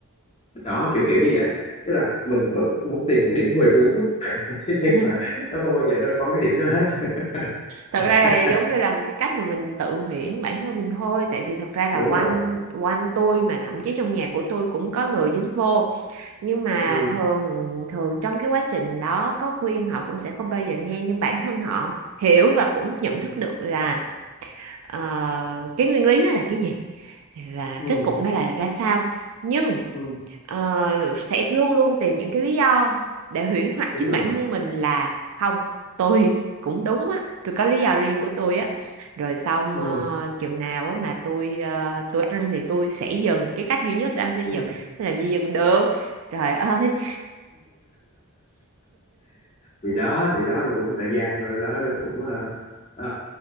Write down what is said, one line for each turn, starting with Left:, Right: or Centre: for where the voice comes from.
Left: đó kiểu kiểu như vậy tức là mình vẫn muốn tìm một cái điểm huề vốn <laughs> thế
Right: <laughs>
Left: nhưng mà nó không bao giờ nó có cái điểm đó hết
Right: thật
Left: <laughs>
Right: ra là giống như là một cái cách mà mình tự huyễn bản thân mình thôi tại vì thật ra là
Left: đúng
Right: quanh
Left: rồi
Right: quanh tôi mà thậm chí trong nhà của tôi cũng có người dính vô nhưng mà
Left: ừ,
Right: thường thường trong cái quá trình đó có khuyên họ cũng sẽ không bao giờ nghe nhưng bản thân họ hiểu và cũng nhận
Left: ừ,
Right: thức được là ờ, cái nguyên lý nó là cái gì và
Left: ừ,
Right: kết cục nó là ra sao nhưng
Left: ừ,
Right: ờ, sẽ luôn luôn tìm những cái lý do để huyễn hoặc
Left: đúng
Right: chính
Left: rồi
Right: bản thân mình là không tôi <laughs> cũng đúng á tôi có lý do riêng của tôi á rồi xong
Left: ừ,
Right: ờ, chừng nào á mà tôi ờ, tôi ăn thì tôi sẽ dừng cái cách duy nhất tôi ăn sẽ dừng
Left: ừ.
Right: làm gì dừng được trời ơi
Left: thì đó thì đó là cũng một thời gian rồi đó nó cũng ờ, ờ,